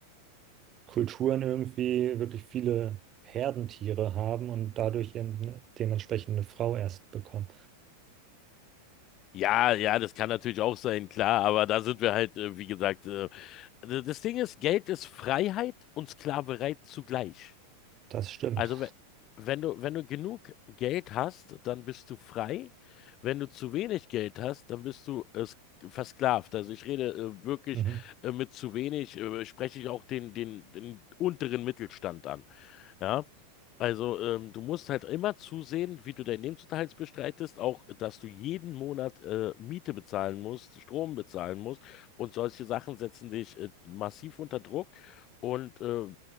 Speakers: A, on the right; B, on the left.
A: Kulturen irgendwie wirklich viele Herdentiere haben und dadurch eben eine dementsprechende Frau erst bekommen.
B: Ja, ja, das kann natürlich auch sein, klar, aber da sind wir halt, äh, wie gesagt, äh, d- das Ding ist, Geld ist Freiheit und Sklaverei zugleich.
A: Das stimmt.
B: Also we- wenn du, wenn du genug Geld hast, dann bist du frei. Wenn du zu wenig Geld hast, dann bist du äh, sk- versklavt. Also ich rede äh, wirklich
A: Mhm.
B: äh, mit zu wenig, äh, spreche ich auch den, den, den unteren Mittelstand an. Ja, also ähm, du musst halt immer zusehen, wie du deinen Lebensunterhalt bestreitest, auch dass du jeden Monat äh, Miete bezahlen musst, Strom bezahlen musst und solche Sachen setzen dich äh, massiv unter Druck. Und äh,